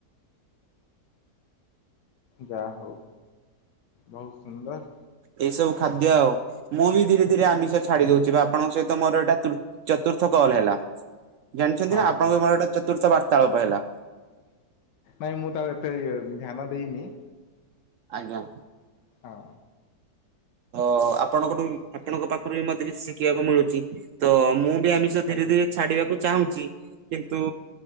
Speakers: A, on the left (about 85°); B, on the right (about 70°).
A: ଯା ହଉ ବହୁ ସୁନ୍ଦର୍।
B: ଏଇସବୁ ଖାଦ୍ୟ ଆଉ ମୁଁ ବି ଧୀରେ ଧୀରେ ଆମିଷ ଛାଡି
A: ହୁଁ
B: ଦଉଚି ବା ଆପଣଙ୍କ ସହି ତ ମୋର ଏଟା ତୃ ଚତୁର୍ଥ କଲ୍ ହେଲା, ଜାଣିଛନ୍ତି
A: ହଁ
B: ନା ଆପଣଙ୍କ ମୋର ଏଟା ଚତୁର୍ଥ ବାର୍ତ୍ତାଳପ ହେଲା।
A: ନାଇଁ ମୁଁ ତ ଆଉ ଏତେ ଧ୍ୟାନ ଦେଇନି।
B: ଆଜ୍ଞା।
A: ହଁ।
B: ତ ଆପଣଙ୍କଠୁ
A: ତ
B: ଆପଣଙ୍କ ପାଖରୁ ବି ମତେ କିଛି ଶିଖିଆକୁ ମିଳୁଛି ତ ମୁଁ ବି ଆମି ଷ ଧୀରେ
A: ଆଜ୍ଞା
B: ଧୀରେ ଛାଡିବାକୁ ଚାହୁଁଚି, କିନ୍ତୁ